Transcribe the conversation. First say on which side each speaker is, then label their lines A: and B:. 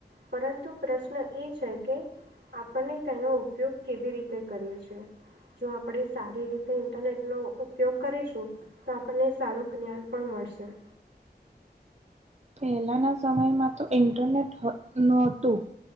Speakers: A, on the right (about 80°); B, on the right (about 40°).
A: પરંતુ પ્રશ્ન એ છે કે આપને તેનો ઉપયોગ કેવી રીતે કરીએ છેએ જો આપણે સારી રીતે ઇન્ટરનેટનો ઉપયોગ કરીશું. તો આપણને સારું જ્ઞાન પણ મળશે.
B: પહેલાના સમયમાં તો ઇન્ટરનેટ નહોતું.